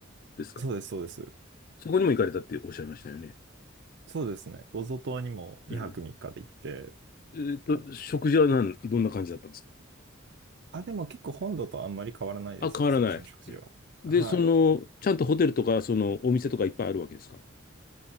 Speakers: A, on the left; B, on the right.
A: ですか
B: そうです、そうです。
A: そこにも行かれたっておっしゃいましたよね。
B: そうですね。ゴゾ島にも2泊3日で行って、
A: うん。えーと、食事はなんどんな感じだったんですか
B: あ、でも結構本土とあんまり変わらないです。
A: あ、変わらない。
B: そっちの食事は。
A: で、
B: はい。
A: その、ちゃんとホテルとか、その、お店とかいっぱいあるわけですかう